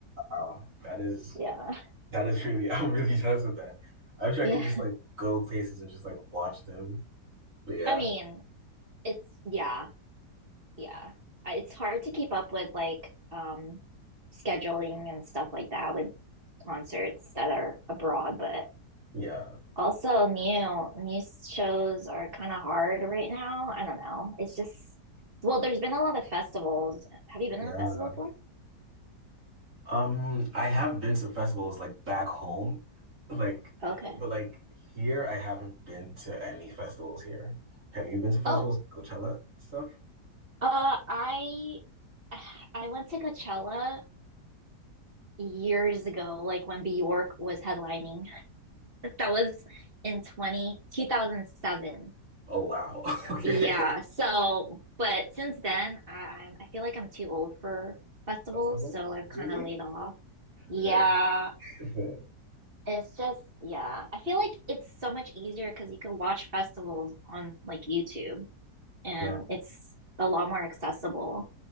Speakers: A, on the right (about 50°); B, on the right (about 30°).
A: wow. That is
B: Yeah.
A: that is really <laughs> I'm really jazzed with that. I wish I
B: Yeah.
A: could just like go places and just like watch them. But yeah,
B: I mean, it's yeah, yeah. I- It's hard to keep up with like um scheduling and stuff like that with concerts that are abroad, but
A: yeah,
B: also new new shows are kind of hard right now. I don't know. It's just well, there's been a lot of festivals. Have you been
A: yeah.
B: to a festival before?
A: Um, I have been to festivals like back home, like,
B: Okay.
A: but like here, I haven't been to any festivals here. Have you been to festivals,
B: Oh,
A: like Coachella stuff?
B: uh, I I went to Coachella years ago, like when Bjork was headlining. <laughs> That was in 20 2007.
A: Oh wow. <laughs> Okay.
B: Yeah. So, but since then, I, I'm I feel like I'm too old for festivals,
A: Festivals?
B: so I've kind
A: Really?
B: of laid off. Yeah,
A: Fair, fair.
B: it's just yeah. I feel like it's so much easier because you can watch festivals on like YouTube and
A: Yeah.
B: it's a lot more accessible,